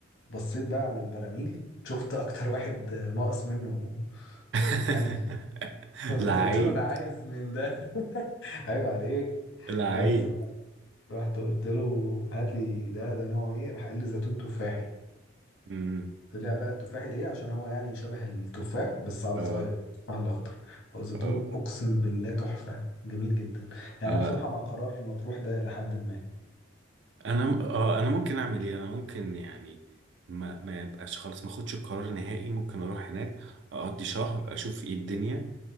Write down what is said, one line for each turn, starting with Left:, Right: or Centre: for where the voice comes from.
Left: بصيت بقى على البراميل شفت اكتر واحد آه، ناقص منه
Right: <laughs>
Left: انهي <laughs> فرحت
Right: لعيب
Left: قلت له انا عايز من ده <laughs> عيب عليك
Right: لعيب
Left: بس رحت قلت له هات لي ده ده نوع ايه راح قال لي زيتون تفاحي
Right: امم
Left: طلع بقى التفاحي ليه عشان هو يعني شبه التفاح بس على
Right: اه
Left: صغير التفاح الاخضر فهو زيتون
Right: اه
Left: اقسم بالله تحفه جميل جدا يعني
Right: آه.
Left: انا بصراحه مع قرار مطروح ده الى حد ما
Right: انا م- اه انا ممكن اعمل ايه انا ممكن يعني ما ما يبقاش خالص ما اخدش القرار نهائي ممكن اروح هناك اقضي شهر اشوف ايه الدنيا